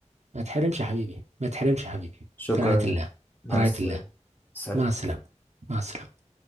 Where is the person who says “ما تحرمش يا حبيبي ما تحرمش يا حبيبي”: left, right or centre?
Right